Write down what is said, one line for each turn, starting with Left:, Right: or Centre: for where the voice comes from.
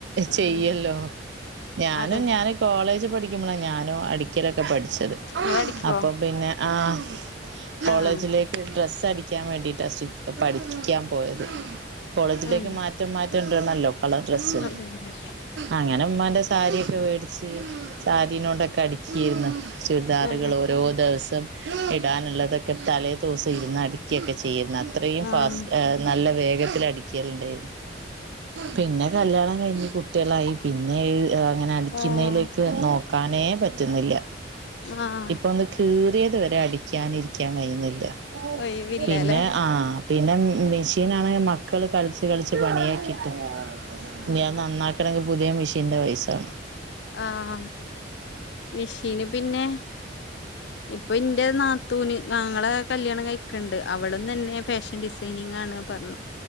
Right: ചെയ്യല്ലോ
Left: ഉം
Right: ഞാനും
Left: അതെ
Right: ഞാന് കോളേജ് പഠിക്കുമ്പളാ ഞാനും അടിക്കലൊക്കെ പഠിച്ചത്
Left: ഇങ്ങളടിക്കോ
Right: അപ്പം പിന്നെ ആഹ് കോളേജിലേക്ക്
Left: ആഹ്
Right: ഡ്രസ്സ് അടിക്കാൻ വേണ്ടിട്ടാ സ്റ്റിച്ച് പഠിക്കാൻ പോയത് കോളേജിലേക്ക്
Left: ആഹ്
Right: മാറ്റം മാറ്റം ടണല്ലോ കളർ ഡ്രെസ്സ്
Left: അതന്നെ
Right: അങ്ങനെ മ്മാന്റെ സാരിയൊക്കെ വേടിച്ച് സാരീനോണ്ടൊക്കെ അടിച്ചീന്നു ചുരിദാറുകള്
Left: ആഹ്
Right: ഓരോ ദിവസം ഇടാനുള്ളതൊക്കെ തലേദിവസം ഇരുന്നടി ക്കൊക്കെ ചെയ്യേര്ന്നു അത്രേം ഫാസ്
Left: ആഹ്
Right: എ നല്ല വേഗത്തിലടിക്കല്ണ്ട് പിന്നെ കല്യാണം കയ്ഞ്ഞ് കുട്ട്യാളായി പിന്നെ <unintelligible> ങ്ങനെ അടിക്കുന്നേലേക്ക്
Left: ആഹ്
Right: നോക്കാനേ പറ്റുന്നില്ല
Left: ആഹ്
Right: ഇപ്പൊന്ന് കീറ്യേത് വെരെ അടിക്കാൻ ഇരിക്കാൻ കയ്യ്ന്നില്ല
Left: ഒഴിവില്ലല്ലേ
Right: പിന്നെ ആ പിന്നെ മിഷീനാണെങ്കി മക്കള് കളിച്ച് കളിച്ച് പണിയാക്കിട്ട്
Left: അങ്ങനെ
Right: ഞ്ഞി അത് നന്നാക്കണെങ്കില് പുത്യേ മിഷീന്റെ പൈസ വാണം
Left: ആഹ് മിഷീന് പിന്നെ ഇപ്പൊ ഇന്റെ നാത്തൂന് ഞങ്ങളെ കല്യാണം കഴിക്ക്ണ്ട് അവളും തന്നെ ഫാഷൻ ഡിസൈനിങ്ങാണ് പർഞ്